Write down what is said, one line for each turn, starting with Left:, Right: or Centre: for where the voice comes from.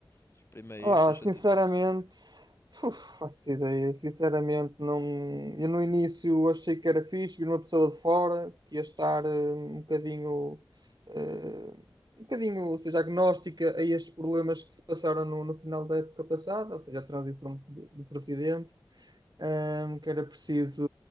Left: Exprime aí
Right: Ah,
Left: os teus
Right: sinceramente,
Left: sentimentos.
Right: uf, faço ideia. Sinceramente, não. Eu no início achei que era fixe vir uma pessoa de fora que ia estar eh, um bocadinho, eh, um bocadinho, ou seja, agnóstica a estes problemas que se passaram no, no final da época passada, ou seja, a transição de de presidente. ahm, que era preciso,